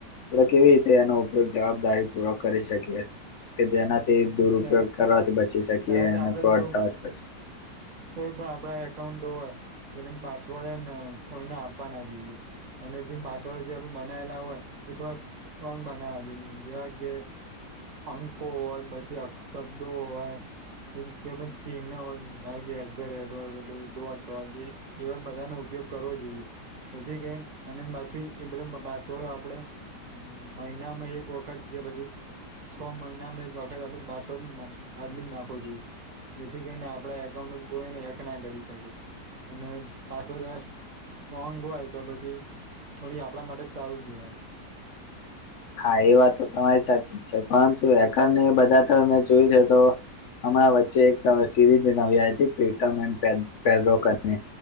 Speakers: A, on the left; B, on the right.
A: આપડે કેવી રીતે એનો ઉપયોગ જવાબદારી પૂર્વક કરી શકીએ કે જેના થી દુરુપયોગ
B: ત્યારે
A: કરવાથી બચી શકીએ
B: ત્યારે તો
A: અને
B: આપડે
A: ફ્રોડ
B: જો
A: થવાથી બચી શક
B: કોઈ પણ આપડા એકાઉન્ટ હોય તેનું પાસવર્ડ હે ને કોઈને આપવા ના જોઈએ અને જે પાસવડો જે આપે બનાયેલા હોય એ થોડા સ્ટ્રોંગ બનાવા જોઈ જેવા કે અંકો હોય પછી <unintelligible> શબ્દો હોય કિમ ચીનહ હોય ધારોકે એટધ રેટ હોય કે પહી ડોટ હોય કે એવા બધાનો ઉપયોગ કરવો જોઈએ. જેથી કરી અને પાછી એમનેમ પાસવડ આપણે મહિનામાં એક વખત કે પછી છ મહિનામાં એક વાર કે આપડે પાસવર્ડ બદલીં નાખવો જોઈએ. જેથી કરીને આપડા એકાઉન્ટ કોઈને હે ક ના કરી શકે અને પાસવર્ડ દ્વારા સ્ટ્રોંગ હોય તો પછી થોડી આપણા માટે સારું કહેવાય
A: હા એ વાત તો તમારી સાચી જ છે પરંતુ હેકર ને બધા તો મેં જોયું છે તો હમણાં વચ્ચે એક અ સીરીઝ નવી આયીતી પ્રીતમ એન્ડ પેડ્રો કરીને